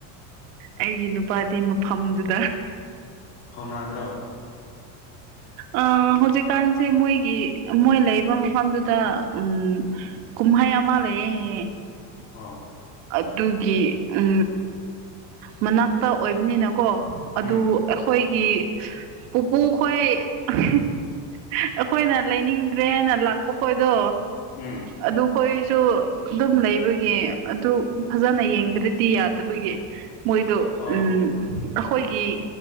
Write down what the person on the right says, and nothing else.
ꯑꯩꯒꯤ ꯅꯨꯄꯥꯗꯤ ꯃꯐꯝꯗꯨꯗ
ꯑ ꯍꯧꯖꯤꯛꯀꯥꯟꯁꯦ ꯃꯣꯏꯒꯤ ꯃꯣꯏ ꯂꯩꯔꯤꯕ ꯃꯐꯝꯗꯨꯗ ꯎꯝ ꯀꯨꯝꯍꯩ ꯃꯥ ꯂꯩꯌ°
ꯑꯗꯨꯒꯤ ꯎ ꯃꯅꯥꯛꯇ ꯑꯣꯏꯕꯅꯤꯅ ꯀꯣ ꯑꯗꯨ
ꯑꯩꯈꯣꯏꯒꯤ ꯄꯨꯄꯨ ꯑꯩꯈꯣꯏ ꯑꯩꯈꯣꯏꯅ ꯂꯩꯅꯤꯡꯗ꯭ꯔꯦꯅ ꯂꯥꯛꯄ ꯈꯣꯠ ꯑꯗꯣ
ꯑꯗꯨꯗ ꯑꯩꯈꯣꯏꯁꯨ ꯑꯗꯨꯝ ꯂꯩꯕꯒꯤ ꯑꯗꯨ ꯐꯖꯅ ꯌꯦꯡꯗ꯭ꯔꯗꯤ ꯌꯥꯗꯕꯒꯤ ꯃꯣꯏꯗ
ꯎꯝ ꯑꯩꯈꯣꯏꯒꯤ